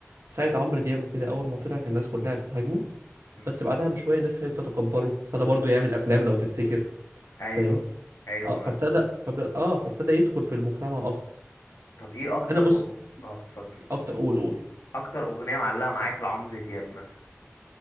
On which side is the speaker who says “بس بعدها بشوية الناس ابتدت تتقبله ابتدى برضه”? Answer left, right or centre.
Right